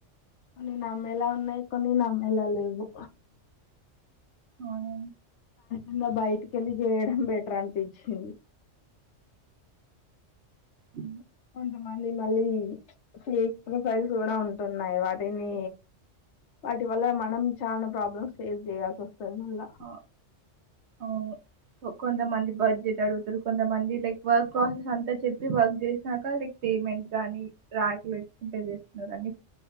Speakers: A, on the left; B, on the right.
A: కొన్ని నమ్మేలా ఉన్నాయి కొన్ని నమ్మేలా లేవు
B: అవును
A: ఇంకా బయటికి వెళ్ళి చేయడం బెటర్ అనిపించింది
B: ఉ
A: కొంత మంది మళ్ళీ ఫేక్ ప్రొఫైల్స్ కూడా ఉంటున్నాయి వాటిని వాటి వల్ల మనం చాలా ప్రాబ్లమ్స్ ఫేస్ చేయాల్సి వ ఇప్పల మల్ల
B: ఆ, అవును కొ- కొంతమంది బడ్జెట్ అడుగుతారు కొంతమంది లైక్ వర్క్ ప్రాసెస్ అంతా చెప్పి వర్క్ చేసినాక లైక్ పేమెంట్ గాని రాలేదుకుంటే చేస్తున్నారుని